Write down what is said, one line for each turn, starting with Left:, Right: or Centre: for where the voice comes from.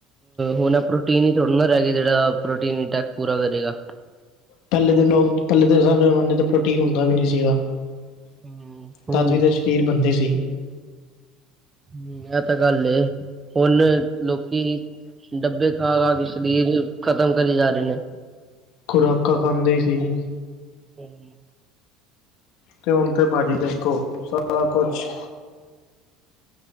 Right: ਹੁਣ ਪ੍ਰੋਟੀਨ ਹੀ ਥੋੜ੍ਹਾ ਨਾ ਰਹਿ ਗ ਜਿਹੜਾ ਪ੍ਰੋਟੀਨ ਟੈਕ ਪੂਰਾ ਕਰੇਗਾ
Left: ਪਹਿਲੇ ਦੇ ਲੋਕ ਪਹਿਲੇ ਦੇ ਜ਼ਮਾਨੇ ਤੇ ਪ੍ਰੋਟੀਨ ਹੁੰਦਾ ਵੀ ਨਹੀਂ ਸੀਗਾਦ
Right: ਹਮ ਹੁਣ
Left: ਵੀ ਅਖੀਰ ਬੰਦੇ ਸੀ
Right: ਹਮ ਇਹ ਤਾਂ ਗੱਲ ਏ ਹੁਣ ਲੋਕੀ ਡੱਬੇ ਖਾ ਖਾ ਕੇ ਸਰੀਰ ਖ਼ਤਮ ਕਰੀ ਜਾ ਰਹੇ ਨੇ
Left: ਖੁਰਾਕਾਂ ਖਾਂਦੇ ਇ ਸੀ
Right: ਹਮ
Left: ਤੇ ਹੁਣ ਤੇ ਭਾਜੀ ਦੇਖੋ ਸਾਰਾ ਕੁਛ